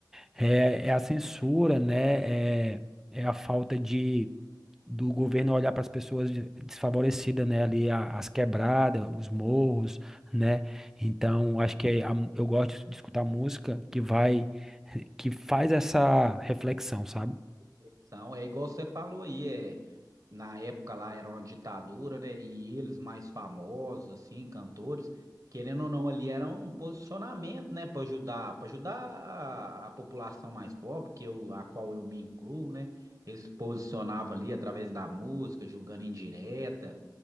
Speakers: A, in the centre; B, on the right (about 45°).
A: é, é a censura, né? É, é a falta de do governo olhar para as pessoas de- desfavorecidas, né? Ali a- as quebradas, os morros, né? Então, acho que é a mu- eu gosto de escutar música que vai, que faz essa reflexão, sabe?
B: Então, é igual você falou aí, é, na época lá era uma ditadura, né? E eles mais famosos, assim, cantores, querendo ou não, ali era um posicionamento, né, para ajudar, para ajudar a, a população mais pobre, que eu, a qual eu me incluo, né? Eles se posicionavam ali através da música, julgando indireta